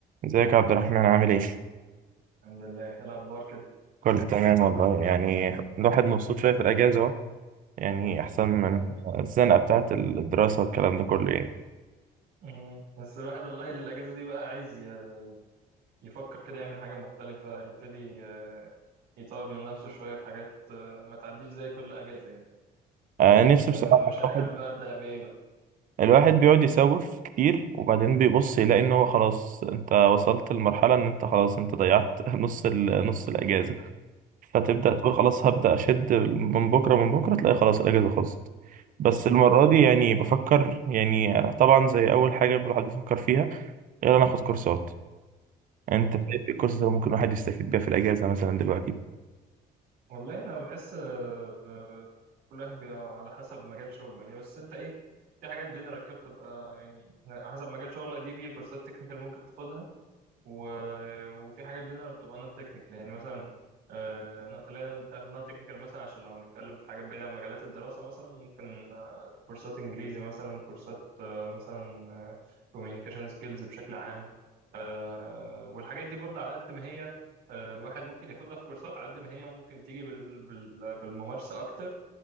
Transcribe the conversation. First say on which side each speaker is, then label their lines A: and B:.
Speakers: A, on the right; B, on the right.
A: ازيك يا عبد الرحمن عامل ايه؟
B: الحمد لله ايه الاخبار كده
A: كله تمام والله يعني الواحد مبسوط شوية في الأجازة أهو يعني أحسن من
B: آه.
A: الزنقة بتاعة الدراسة والكلام ده كله يعني
B: مم. بس الواحد والله الاجازه دي بقى عايز ي- يفكر كده يعمل حاجه مختلفه يبتدي آه، يطور من نفسه شويه في حاجات آه، ما تعديش زي كل اجازه يعني
A: آه نفسي
B: فمش
A: بصراحة
B: عارف
A: الواحد
B: بقى ابدا بايه بقى
A: الواحد بيقعد يسوف كتير وبعدين بيبص يلاقي إن هو خلاص أنت وصلت لمرحلة إن أنت خلاص أنت ضيعت <laughs> نص ال... نص الأجازة فتبدأ
B: مم.
A: تقول خلاص هبدأ أشد من بكرة من بكرة تلاقي خلاص الأجازة خلصت بس المرة
B: مم.
A: دي يعني بفكر يعني طبعا زي أول حاجة الواحد بيفكر فيها يلا ناخد كورسات انت
B: مم.
A: شايف ايه القصص اللي ممكن الواحد يستفيد بيها في الاجازه مثلا دلوقتي
B: والله انا بحس آه، آه، كل واحد بيبقى على حسب مجال شغله يعني بس انت ايه في حاجات جنرال كده بتبقى يعني على حسب مجال شغلك دي في كورسات تكنيكال ممكن تاخدها و... وفي حاجات دول انا بتبقى نون تكنيكال يعني مثلا آه... لا، خلينا نبدا في النون تكنيكال مثلا عشان لو هنتكلم في حاجات بعيده عن مجالات الدراسه مثلا ممكن آه... كورسات انجليزي مثلا كورسات آه... مثلا كوميونيكيشن سكيلز بشكل عام آه... والحاجات دي برضه على قد ما هي آه... الواحد ممكن ياخدها في كورسات على قد ما هي ممكن تيجي بال... بال... بالممارسه اكتر